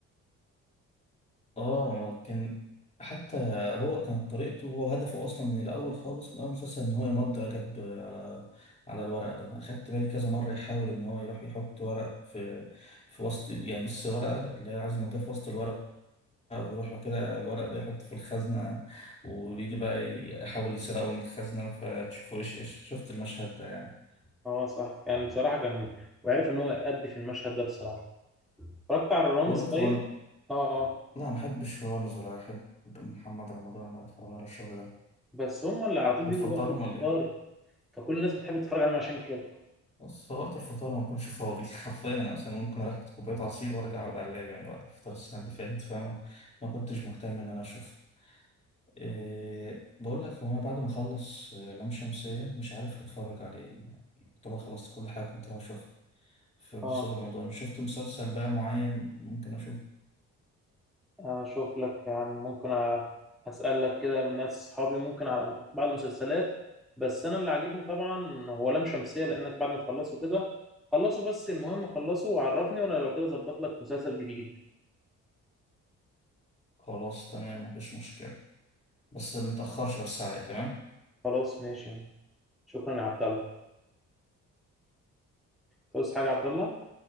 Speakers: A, on the left; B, in the centre.
A: اه كان حتى هو كانت طريقته هو هدفه اصلا من الاول خالص من اول مسلسل ان هو يمضي رجب على على الورق ده اخدت بالي كذا مرة يحاول ان هو يروح يحط ورق في في وسط يعني لسه ورقة اللي هي عايز يمضيها في وسط الورق ويروح كده الورق ده يحطه في الخزنة ويجي بقى يحاول يسرقه من الخزنة فتشوفه ايش ايش شفت المشهد ده يعني
B: اه صح كان بصراحه كان وعرف ان هو يأدي في المشهد ده بصراحه اتفرجت على الرامز
A: بقول لك
B: طيب
A: هو انا
B: اه اه
A: لا ما احبش رامز ولا احب محمد رمضان ولا اتفرج على الشغل ده
B: بس هم اللي على طول
A: انت
B: بيجوا
A: بتفضلهم
B: وقت الفطار
A: ولا ايه
B: فكل الناس بتحب تتفرج عليهم عشان كده
A: بص هو وقت الفطار ما اكونش فاضي <laughs> حرفيا انا مثلا ممكن اروح اخد كوبايه عصير وارجع اقعد على اللاب يعني وقت الفطار السنه اللي فاتت فما كنتش مهتم ان انا اشوفه إيه بقول لك هو انا بعد ما اخلص آه، لام شمسيه مش عارف هتفرج على ايه يعني طبعا خلصت كل حاجه كنت ناوي اشوفها في مسلسل
B: اه
A: رمضان شفت مسلسل بقى معين ممكن اشوفه
B: اشوف لك يا عم ممكن أ- اسالك كده من ناس اصحابي ممكن على بعض المسلسلات بس انا اللي عاجبني طبعا هو لام شمسيه لانك بعد ما تخلصوا كده خلصوا بس المهم خلصوا وعرفني وانا لو كده ظبط لك مسلسل جديد
A: خلاص تمام مفيش مشكله بس متأخرش بس عليا تمام
B: خلاص ماشي شكرا يا عبد الله توصي حاجة يا عبد الله